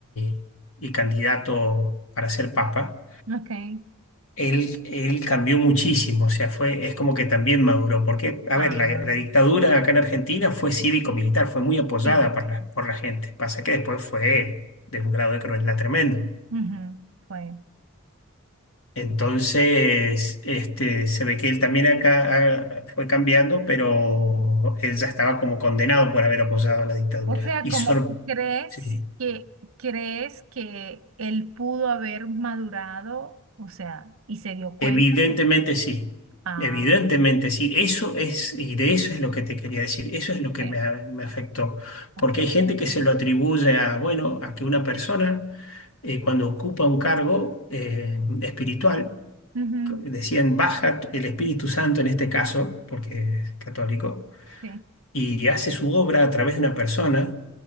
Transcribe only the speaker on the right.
ok.
Ah,
sí.
Ujú, fue.
O sea,
como
crees
que crees que él pudo haber madurado, o sea, y se dio cuenta.
Ah,
ok,
ok.
Ujú,
sí.